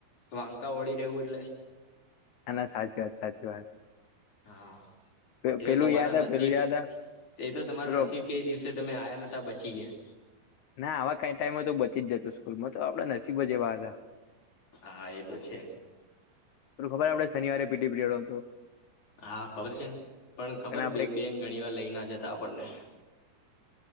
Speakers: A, on the left; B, on the left.
A: વાંકા વળી રહેવું એટલે
B: ના, ના, સાચી વાત. સાચી વાત.
A: હા, એ
B: પેલું
A: તો તમારા
B: યાદ
A: નસીબ
B: પેલું યાદ
A: એ તો તમારા
B: પેલો
A: નસીબ કે એ દિવસે તમે આયા નતા બચી ગયા.
B: ના આવા કાઈ ટાઈમમાં તો બચી જ જતો સ્કૂલમાં તો આપડા નસીબ જ એવા હતા.
A: હા એ તો છે.
B: પેલુ ખબર આપડે શનિવારે પીટી પીરિયડ હતો.
A: હા ખબર છે ન. પણ ખબર
B: અને આપડે
A: બે બેન ઘણીવાર લઈ ના જતા આપડને.